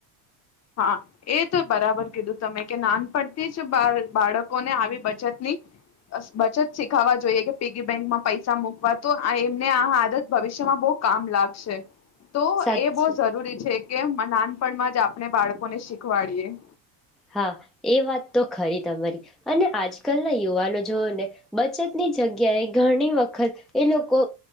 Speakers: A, on the left; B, in the centre.
A: હા, એ તો બરાબર કીધું તમે કે નાનપડતી જ બાળકોને આવી બચત ની બચત શીખાવા જોઈએ કે પીગી બેંકમાં પૈસા મૂકવા તો આ એમને આ આદત ભવિષ્યમાં બહુ કામ લાગશે તો
B: સાચી
A: એ બહુ જરૂરી છે કે નાનપણમાં જ આપ આપણે બાળકો ને શીખવાડીએ
B: હા, એ વાત તો ખરી તમારી અને આજકાલના યુવાનો જોઓ ને બચતની જગ્યાએ ઘણી વખત એ લોકો